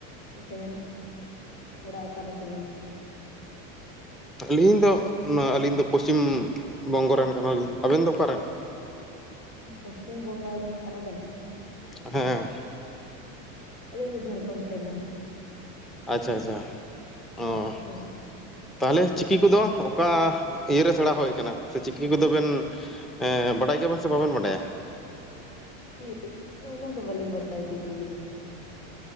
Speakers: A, on the left; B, in the centre.
A: ᱛᱟᱦᱮᱱᱟ? ᱚᱲᱟᱜ ᱚᱠᱟ ᱨᱮᱛᱟᱵᱮᱱ?
B: ᱟᱹᱞᱤᱧ ᱫᱚ ᱱᱚᱣᱟ ᱟᱹᱞᱤᱧ ᱫᱚ ᱯᱚᱥᱪᱤᱢ ᱵᱚᱝᱜᱚ ᱨᱮᱱ ᱠᱟᱱᱟᱞᱤᱧ, ᱟᱵᱮᱱ ᱫᱚ ᱚᱠᱟᱨᱮᱱ?
A: ᱯᱚᱥᱪᱷᱤᱢ ᱵᱚᱝᱜᱚᱞ ᱨᱮᱱ ᱠᱟᱱᱟᱵᱱ?
B: ᱦᱮᱸ᱾
A: ᱟᱞᱤᱧ ᱫᱚ ᱡᱷᱟᱲᱠᱷᱚᱸᱰ ᱥᱟᱭᱤᱰ ᱨᱮᱱ᱾
B: ᱟᱪᱪᱷᱟ ᱟᱪᱪᱷᱟ ᱚ
A: ᱦᱮᱸ
B: ᱛᱟᱦᱚᱞᱮ ᱪᱤᱠᱤ ᱠᱚᱫᱚ ᱚᱠᱟ ᱤᱭᱟᱹ ᱨᱮ ᱥᱮᱬᱟ ᱦᱩᱭ ᱠᱟᱱᱟ ᱥᱮ ᱪᱤᱠᱤ ᱠᱚᱫᱚ ᱵᱮᱱ ᱮᱸ ᱵᱟᱰᱟᱭ ᱜᱮᱭᱟᱵᱮᱱ ᱥᱮ ᱵᱟᱵᱮᱱ ᱵᱟᱰᱟᱭᱟ?
A: ᱪᱤᱠᱤ ᱚᱱᱟ ᱫᱚ ᱵᱟᱹᱞᱤᱧ ᱵᱟᱲᱟᱭ-ᱟ ᱪᱤᱠᱤ ᱠᱚᱼᱫᱚ